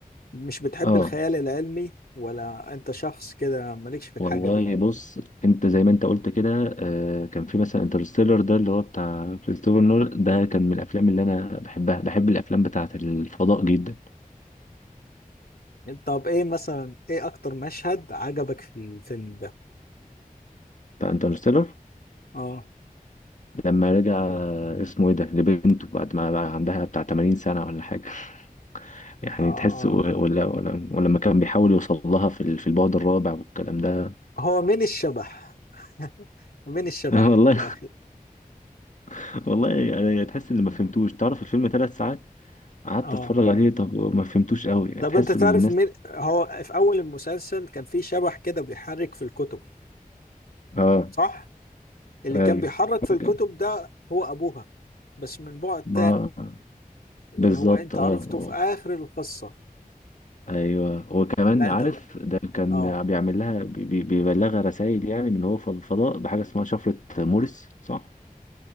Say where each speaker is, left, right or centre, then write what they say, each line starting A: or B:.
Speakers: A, on the left; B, on the left.
A: مش بتحب
B: اه
A: الخيال العلمي ولا انت شخص كده مالكش في الحاجة
B: والله
A: دي
B: بص انت زي ما انت قلت كده آه، كان في مثلا انترستيلر ده اللي هو بتاع كريستوفر نول ده كان من الافلام اللي انا بحبها بحب الافلام بتاعه الفضاء جدا
A: طب ايه مثلا ايه اكتر مشهد عجبك في الفيلم ده
B: فانترستيلر
A: اه
B: لما رجع آه، اسمه ايه ده لبنته بعد ما بقى عندها بتاع 80 سنه ولا حاجه <laughs> يعني
A: اه
B: تحس
A: اه
B: و- ولا ولا ولما كان بيحاول يوصل لها في ال- في البعد الرابع والكلام ده
A: هو مين الشبح <laughs> مين الشبح
B: <laughs> والله
A: في الاخر
B: <laughs> والله يعني تحس ان ما فهمتوش تعرف الفيلم ثلاث ساعات قعدت
A: اه
B: اتفرج عليه طب ما فهمتوش قوي
A: طب
B: تحس
A: انت تعرف
B: ان الناس
A: مين هو في اول المسلسل كان في شبح كده بيحرك في الكتب
B: اه
A: صح اللي
B: ايوه
A: كان بيحرك في
B: ممكن
A: الكتب ده هو ابوها بس من بعد تاني
B: ما
A: اللي
B: بالظبط
A: هو انت
B: اه
A: عرفته في اخر القصة
B: ايوه وكمان
A: لا
B: عارف
A: انت ب...
B: ده كان
A: اه
B: بيعمل لها بي- بي- بيبلغها رسائل يعني من هو في الفضاء بحاجه اسمها شفره مورس صح